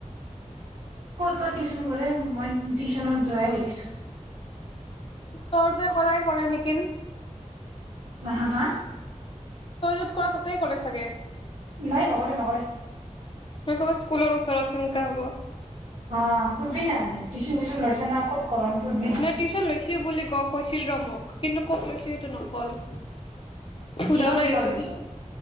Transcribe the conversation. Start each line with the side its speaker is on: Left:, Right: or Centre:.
Right: ক'ত বা টিউচন কৰে মই টিউচনত যোৱাই দেখিছো
Left: তৰ্দে কৰাই কৰে নেকিন
Right: আ হা হা
Left: তই যত কৰা ততেই কৰে চাগে
Right: নাই নকৰে নকৰে
Left: কবাত স্কুলৰ ওচৰত সেনেকা হব
Right: অ সুধবিনা এনে টিউচন চিউচন লৈছা না ক'ত কৰ এনেকে সুধবিনা
Left: ন টিউচন লৈছো বুলি ক কৈছিল ৰ মোক কিন্তু ক'ত লৈছে সেইটো নকল সোধাও
Right: কিহৰ
Left: নাই
Right: কিহৰ
Left: দেছোন
Right: লৈছে